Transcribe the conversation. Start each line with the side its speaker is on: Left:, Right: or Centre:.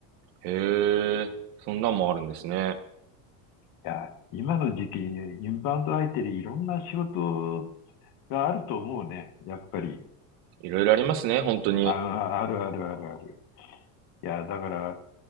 Right: へえ、そんなんもあるんですね。
Left: う。いや、今の時期にねインバウンド相手でいろんな仕事があると思うね。やっぱり。
Right: いろいろありますね、本当に。
Left: あ、あるあるあるある。いや、だから、